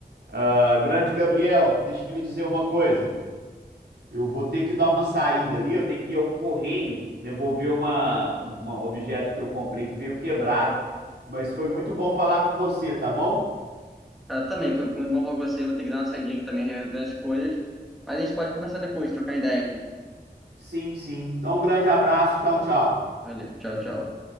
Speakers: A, on the right; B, in the centre.
A: Ah, grande Gabriel, deixa-me lhe dizer uma coisa. Eu vou ter que dar uma saída ali, eu tenho que ir ao correio devolver uma, um objeto que eu comprei que veio quebrado. Mas foi muito bom falar com você, tá bom?
B: Cara, também, foi foi muito bom falar com você. Eu vou ter que dar uma saidinha aqui também, resolver as coisas. Mas a gente pode conversar depois, trocar ideia, pô.
A: Sim, sim. Então, um grande abraço, tchau, tchau.
B: Valeu, tchau, tchau.